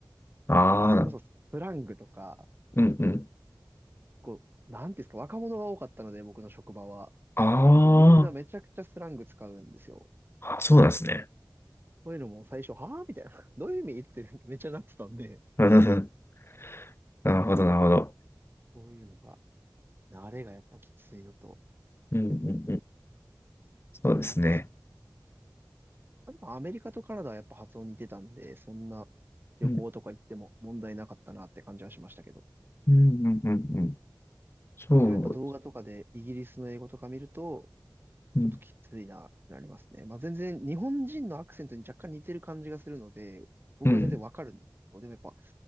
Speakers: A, on the left (about 35°); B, on the right (about 30°).
A: ああ、
B: やっぱそれこそスラングとか、
A: うんうん。
B: こう、なんていうんですか、若者が多かったので、僕の職場は。
A: あー
B: もうみんなめちゃくちゃスラング使うんですよ。
A: あ、そうなんですね。
B: そういうのも最初、はぁみたいな。<laughs> どういう意味ってめっちゃなってたんで、
A: うんうん <laughs> なるほど、なるほど。
B: そうですそういうのが慣れがやっぱきついのと、
A: うんうんうん。そうですね。
B: なんですか。あでもアメリカとカナダはやっぱ発音似てたんで、そんな旅行とか行っても問題なかったなって感じはしましたけど。
A: うん、うん、うん、うんうん。そう。
B: でもやっぱ動画とかでイギリスの英語とか見ると、
A: うん、
B: ちょっときついなってなりますね。まあ全然日本人のアクセントに若干似てる感じがするので、僕は全然わかるんですけど、
A: うん。
B: でもやっぱ